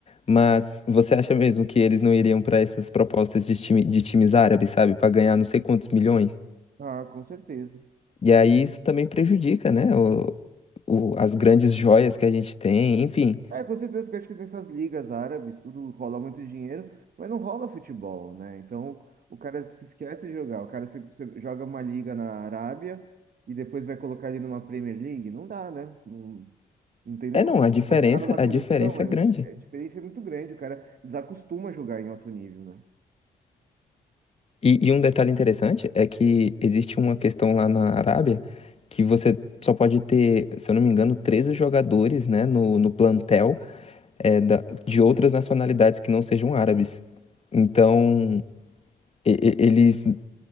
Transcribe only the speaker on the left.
mas você acha mesmo que eles não iriam para essas propostas de, time, de times árabes, sabe? Para ganhar não sei quantos milhões?
E
aí isso também prejudica, né? O, o- as grandes joias que a gente tem, enfim.
É,
não, a diferença,
a
diferença
é grande.
E, e um detalhe interessante é que existe uma questão lá na Arábia que você só pode ter, se eu não me engano, 13 jogadores, né, no, no plantel é, da- de outras nacionalidades que não sejam árabes. Então, e- e- eles